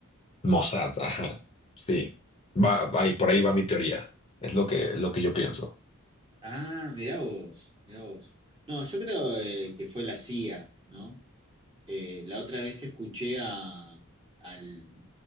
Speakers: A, on the left; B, on the right.
A: Mossad, ajá, sí. Va, ahí, por ahí va mi teoría. Es lo que, lo que yo pienso.
B: Ah, mirá vos, mirá vos. No, yo creo eh, que fue la CIA, ¿no? Eh, la otra vez escuché a, al